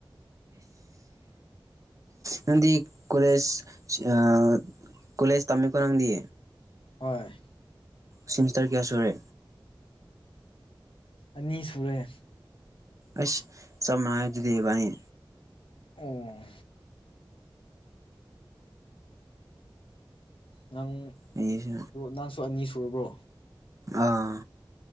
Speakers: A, on the right (about 40°); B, on the left (about 80°).
A: ꯅꯪꯗꯤ ꯀꯂꯦꯖ ꯑ ꯀꯣꯂꯦꯖ ꯇꯝꯃꯤꯀꯣ ꯅꯪꯗꯤ
B: ꯍꯣꯏ
A: ꯁꯤꯃꯤꯁꯇꯔ ꯀꯌꯥ ꯁꯨꯔꯦ
B: ꯑꯅꯤ ꯁꯨꯔꯦ
A: ꯑꯁ ꯁꯞ ꯃꯥꯟꯅꯩ ꯑꯗꯨꯗꯤ ꯏꯕꯥꯅꯤ
B: ꯑꯣ ꯅꯪ
A: ꯑꯩꯁꯨ
B: ꯅꯪꯁꯨ ꯑꯅꯤ ꯁꯨꯔꯕ꯭ꯔꯣ
A: ꯑꯥ